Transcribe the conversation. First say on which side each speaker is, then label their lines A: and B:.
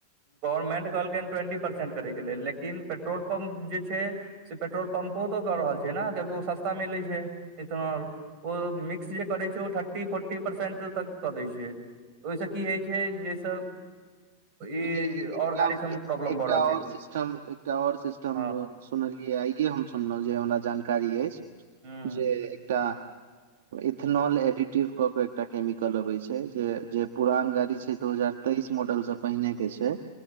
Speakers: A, on the right; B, on the right.
A: गवर्नमेंट कहलकै ट्वेंटी परसेंट करे के लेल लेकिन पेट्रोल पम्प जे छैय से पेट्रोल पम्पो तो कऽ रहल छैय ने कियकि ओ सस्ता मिलै छैय। इथिनोल ओ मिक्स जे करै छैय ओ थ थर्टी फोर्टी परसेंट तक कऽ दै छैय ओहिसँ की होइ छैय जाहिसँ ई
B: एक
A: आओर
B: टा
A: गाड़ी
B: ऒर
A: सबमे प्रॉब्लम
B: एक
A: भऽ रहल
B: टा
A: छै
B: और सिस्टम एक टा और सिस्टम
A: हँ
B: सुनलियै आइे हम सुनलहुँ जे हमरा जानकारी अछि
A: हूँ
B: जे एकटा इथेनल एडिटिव क के एकटा केमिकल अबे छैय। जे जे पुरान गाड़ी छैय दू हजार तेइस मॉडल से पहिने के छैय